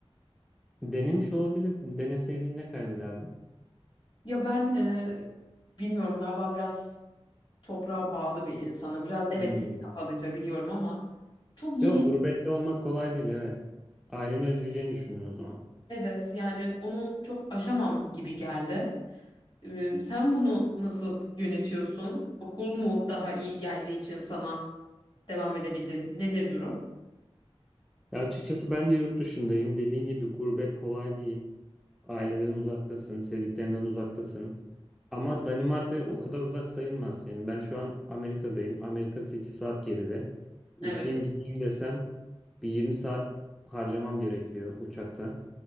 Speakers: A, in the centre; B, on the left.
A: Denemiş olabilirdin. Deneseydin ne kaybederdin?
B: Ya ben e, bilmiyorum galiba biraz toprağa bağlı bir insanım. Biraz evet
A: Hmm.
B: geri kafalıca biliyorum ama çok yeni.
A: Yok, gurbette olmak kolay değil, evet. Aileni özleyeceğini düşündün o zaman.
B: Evet yani onu çok aşamam gibi geldi. Ee, Sen bunu nasıl yönetiyorsun? Okul mu daha iyi geldiği için sana devam edebildin? Nedir durum?
A: Ya açıkçası ben de yurt dışındayım. Dediğin gibi gurbet kolay değil. Aileden uzaktasın, sevdiklerinden uzaktasın. Ama Danimarka o kadar uzak sayılmaz. Yani ben şu an Amerika'dayım. Amerika 8 saat geride. Uçayım
B: Evet,
A: gideyim desem bir 20 saat harcamam gerekiyor uçakta.